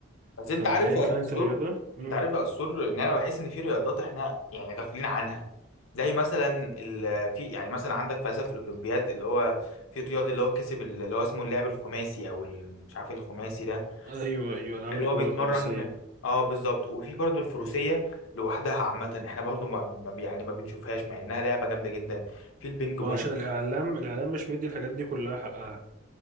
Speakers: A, on the left; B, on the right.
A: بس
B: فايا
A: انت عارف يا
B: كانت
A: أسطور
B: الرياضة مم.
A: انت عارف يا أسطور ان انا بحس ان في رياضات احنا يعني غافلين عنها زي مثلا ال في يعني مثلا عندك مثلا في الاولمبياد اللي هو في الرياضي اللي هو كسب ال- اللي هو اسمه اللاعب الخماسي او ال- مش عارف إيه الخماسي ده
B: ايوه ايوه العاب
A: اللي
B: القوى
A: هو بيتمرن
B: الخماسية
A: اه بالظبط وفي برضو الفروسيه لوحدها عامه احنا برضو ما ما- يعني ما بنشوفهاش مع انها لعبه جامده جدا في البينج
B: ما
A: بونج
B: عشان الاعلام الاعلام مش مدي الحاجات دي كلها حقها